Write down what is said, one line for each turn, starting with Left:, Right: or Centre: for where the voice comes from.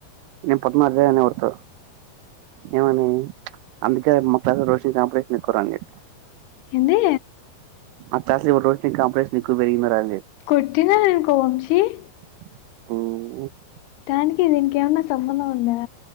Right: నేను పొద్దున్న అదే కనబడుతది. ఏమని అందుకే మొత్తాం రోషన్ కాంపిటీషన్ ఎక్కువరానియన్.
Left: ఏంది.
Right: అటా ఊర్లోకి <unintelligible> పెరుగినన్నారు
Left: కొట్టగా ఉంది కౌంశిక్
Right: ఊమ్
Left: దానికి దీనికి ఏమన్నా సంబంధం ఉందా